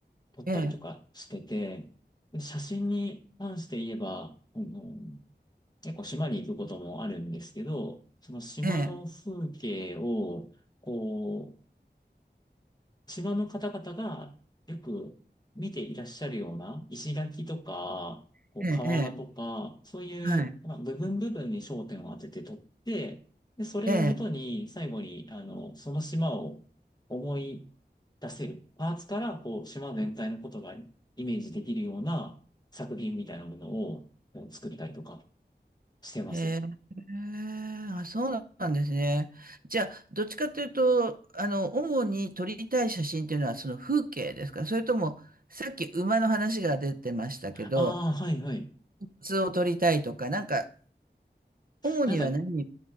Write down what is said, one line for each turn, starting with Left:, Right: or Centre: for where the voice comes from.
Left: 撮ったりとかしてて、
Right: ええ、ええ。
Left: で写真に関して言えば、あの結構島に行くこともあるんですけど、その島の風景を、
Right: ええ、
Left: こう、島の方々がよく見ていらっしゃるような石垣とか、
Right: ええ、
Left: こう瓦とか、
Right: ええ、
Left: そういう、
Right: はい、
Left: まあ、部分部分に焦点を当てて撮って、で、それをもとに最後に、
Right: ええ、
Left: あの、その島を思い出せる。パーツから、こう、島全体のことがイメージできるような作品みたいなものをこう作ったりとかしてます。
Right: へえ、あ、そうなんですね。じゃあ、どっちかというと、あの、主に撮りたい写真っていうのはその風景ですかそれとも、さっき馬の話が出てましたけど、
Left: ああ、はいはい。
Right: 普通を撮りたいとか、なんか、主には何
Left: なんか